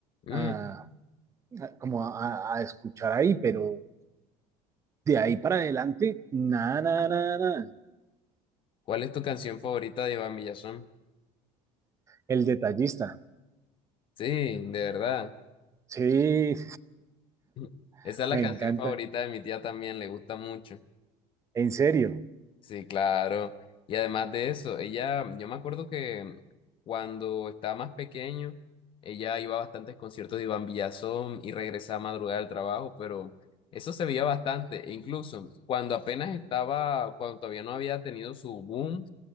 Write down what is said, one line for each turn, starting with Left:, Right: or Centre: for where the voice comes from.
Left: Mm,
Right: a, a- como a, a- a escuchar ahí, pero de ahí para adelante, nada, nada, nada, nada.
Left: ¿Cuál es tu canción favorita de Iván Villazón?
Right: El detallista,
Left: Sí, de verdad.
Right: sí,
Left: <laughs>
Right: <laughs>
Left: Esa es la
Right: me
Left: canción
Right: encanta,
Left: favorita de mi tía también, le gusta mucho.
Right: en serio,
Left: Sí, claro. Y además de eso, ella, yo me acuerdo que cuando estaba más pequeño, ella iba a bastantes conciertos de Iván Villazón y regresaba a madrugada al trabajo, pero eso se veía bastante. E incluso cuando apenas estaba, cuando todavía no había tenido su boom,